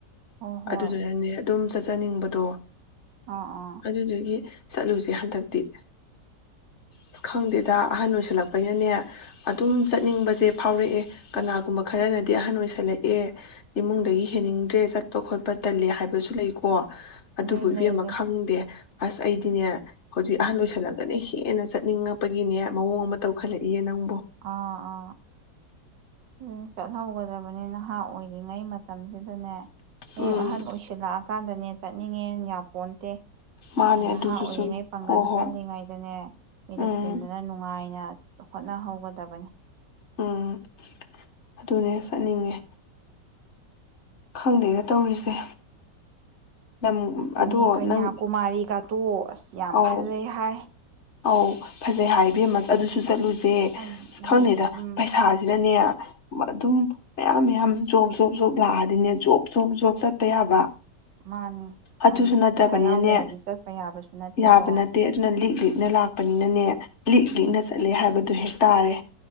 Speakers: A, on the right; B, on the left.
A: ꯍꯣꯏ ꯍꯣꯏ
B: ꯑꯗꯨꯗꯨꯅꯅꯦ ꯑꯗꯨꯝ ꯆꯠ ꯆꯖꯅꯤꯡꯕꯗꯣ
A: ꯑꯥ ꯑꯥ
B: ꯑꯗꯨꯗꯨꯒꯤ ꯆꯠꯂꯨꯁꯦ ꯍꯟꯗꯛꯇꯤ ꯑꯁ ꯈꯪꯗꯦꯗ ꯑꯍꯟ ꯑꯣꯏꯁꯜꯂꯛꯄꯩꯅꯅꯦ ꯑꯗꯨꯝ ꯆꯠꯅꯤꯡꯕꯁꯦ ꯐꯥꯎꯔꯛꯑꯦ ꯀꯅꯥꯒꯨꯝꯕ ꯈꯔꯅꯗꯤ ꯑꯍꯟ ꯑꯣꯏꯁꯜꯂꯛꯑꯦ ꯏꯃꯨꯡꯗꯒꯤ ꯍꯦꯟꯅꯤꯡꯗ꯭ꯔꯦ ꯆꯠꯄ ꯈꯣꯠꯄ ꯇꯜꯂꯦ ꯍꯥꯏꯕꯁꯨ ꯂꯩꯀꯣ ꯑꯗꯨꯕꯨ
A: ꯂꯩ
B: ꯏꯕꯦꯝꯃ
A: ꯂꯩ ꯂꯩ
B: ꯈꯪꯗꯦ ꯑꯁ ꯑꯩꯗꯤꯅꯦ ꯍꯧꯖꯤꯛ ꯑꯍꯟ ꯂꯣꯏꯁꯜꯂꯒꯅ ꯍꯦꯟꯅ ꯆꯠꯅꯤꯡꯉꯛꯄꯒꯤꯅꯦ ꯃꯑꯣꯡ ꯑꯃ ꯇꯧꯈꯠꯂꯛꯏꯦ ꯅꯪ
A: ꯑꯥ ꯑꯥ ꯎꯝ ꯆꯠꯍꯧꯒꯗꯕꯅꯤ ꯅꯍꯥ ꯑꯣꯏꯔꯤꯉꯩ ꯃꯇꯝꯁꯤꯗꯅꯦ ꯍꯌꯦꯡ
B: ꯎꯝ
A: ꯑꯍꯟ ꯑꯣꯏꯁꯤꯜꯂꯛꯑꯀꯥꯟꯗꯅꯦ ꯆꯠꯅꯤꯡꯉꯦ ꯌꯥꯝ ꯄꯣꯟꯇꯦ
B: ꯃꯥꯅꯦ
A: ꯅꯍꯥ
B: ꯑꯗꯨꯁꯨ
A: ꯑꯣꯏꯔꯤꯉꯩ
B: ꯆꯨꯝꯃꯤ
A: ꯄꯥꯡꯒꯟ
B: ꯍꯣ ꯍꯣꯏ
A: ꯀꯜꯂꯤꯉꯩꯗꯅꯦ ꯃꯤꯔꯛ
B: ꯎꯝ
A: ꯇꯤꯟꯗꯅ ꯅꯨꯡꯉꯥꯏꯅ ꯍꯣꯠꯅꯍꯧꯒꯗꯕꯅꯤ
B: ꯎꯝ ꯑꯗꯨꯅꯦ ꯆꯠꯅꯤꯡꯉꯦ ꯈꯪꯗꯦꯗ ꯇꯧꯔꯤꯁꯦ ꯂꯝ
A: ꯗꯨꯅꯦ
B: ꯑꯗꯣ
A: ꯀꯩꯅꯌ꯭ꯥꯀꯨꯃꯥꯔꯤ
B: ꯅꯪ
A: ꯒꯥ ꯇꯣ <unintelligible> ꯌꯥꯝ
B: ꯑꯧ
A: ꯐꯖꯩ ꯍꯥꯏ
B: ꯑꯧ ꯐꯖꯩ ꯍꯥꯏ ꯏꯅꯦꯝꯃ ꯑꯗꯨꯁꯨ ꯆꯠꯂꯨꯁꯦ
A: ꯑꯗꯨꯅ
B: ꯁꯦ ꯈꯪꯗꯦꯗ
A: ꯎꯝ
B: ꯄꯩꯁꯥꯁꯤꯅꯅꯦ ꯑꯗꯨꯝ ꯃꯌꯥꯝ ꯃꯌꯥꯝ ꯖꯣꯕ ꯖꯣꯞ ꯖꯣꯕ ꯂꯥꯛꯑꯗꯤꯅꯦ ꯖꯣꯕ ꯖꯣꯕ ꯖꯣꯕ ꯆꯠꯄ ꯌꯥꯕ
A: ꯃꯥꯅꯤ
B: ꯑꯗꯨꯁꯨ
A: ꯃꯥꯅꯤ
B: ꯅꯠꯇꯕꯅꯤꯅꯅꯦ
A: ꯄꯩꯁꯥ ꯌꯥꯎꯗꯅꯗꯤ ꯆꯠꯄ ꯌꯥꯕꯁꯨ ꯅꯠꯇꯦꯗꯣ
B: ꯌꯥꯕ ꯅꯠꯇꯦ ꯑꯗꯨꯅ ꯂꯤꯛ ꯂꯤꯛꯅ ꯂꯥꯛꯄꯅꯤꯅꯅꯦ ꯂꯤꯛ
A: ꯎꯝ
B: ꯂꯤꯛꯅ ꯆꯠꯂꯦ ꯍꯥꯏꯕꯗꯨ ꯍꯦꯛ ꯇꯥꯔꯦ